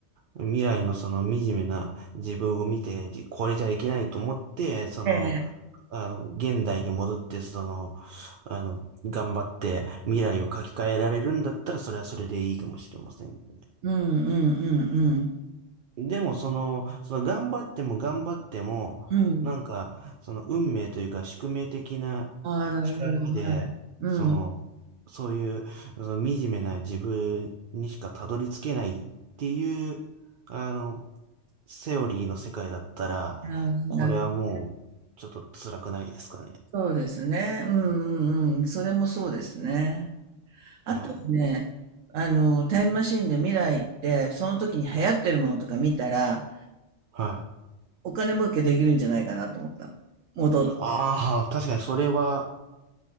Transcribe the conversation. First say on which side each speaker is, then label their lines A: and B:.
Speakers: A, on the right; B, on the right.
A: 未来のその惨めな自分を見て、じこれじゃいけないと思って、その、
B: ええ。
A: あの、現代に戻って、その、あの、頑張って未来を書き換えられるんだったら、それはそれでいいかもしれませんね。
B: うん、うん、うん、
A: でも、その、その頑張っても頑張っても、
B: うん。うん。
A: なんか、その運命というか宿命的な
B: ああ、なるほど。
A: 力で、
B: はい。うん。
A: その、そういう、その惨めな自分にしかたどり着けないっていう、あの、セオリーの世界だったら、
B: ああ、なるほど。
A: これはもう、ちょっと辛くないですかね。
B: そうですね。うん、うん、うん。それもそうですね。あとはね、
A: はい。
B: あの、タイムマシーンで未来行って、その時に流行ってるものとか見たら、
A: はい。
B: お金儲けできるんじゃないかなと思ったの。戻って。
A: ああ、確かにそれは、